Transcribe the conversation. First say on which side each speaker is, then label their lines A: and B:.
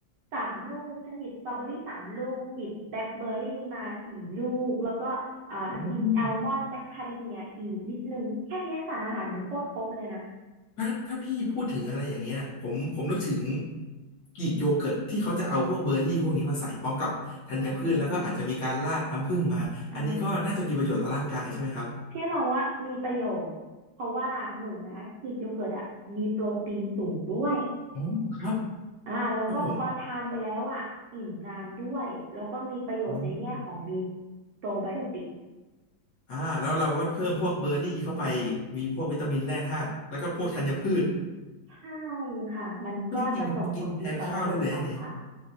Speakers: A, on the right; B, on the left.
A: สามลูกฉันหยิบสตรอเบอรี่สามลูกหยิบแบล็คเบอร์รี่มาสี่ลูกแล้วก็อ่ากินแอลมอนด์แบล็คคาริเมียอีกนิดนึงแค่เนี้ยสารอาหารมันโคตรครบเลยนะ
B: อืม ถ้าถ้าพี่พูดถึงอะไรอย่างเงี้ยผมผมนึกถึงกรีกโยเกิร์ตที่เขาจะเอาพวกเบอร์รี่พวกนี้มาใส่พร้อมกับธัญพืชแล้วก็อาจจะมีการราดน้ำผึ้งมาอันนี้ก็น่าจะมีประโยชน์ต่อร่างกายใช่ไหมครับ
A: อ่าใช่พี่เราว่ามีประโยชน์เพราะว่าหนึ่งนะกรีกโยเกิร์ตอะมีโปรตีนสูงด้วย
B: อ๋อครับ
A: อ่าแล้วก็พอทานไปแล้วอ่ะอิ่มนานด้วยแล้วก็มีประโยชน์ในแง่ของมี
B: ครับผมโอ้
A: โปรไบโอติก
B: อ่าแล้วเราก็เพิ่มพวกเบอร์รี่เข้าไปอีกมีพวกวิตามินแร่ธาตุแล้วก็พวกธัญพืช
A: ใช่ค่ะ มันก็จะส่งผลดีต่อระบบขับถ่าย
B: พูดจริงๆกินแทนข้าวได้เลยนะเนี่ย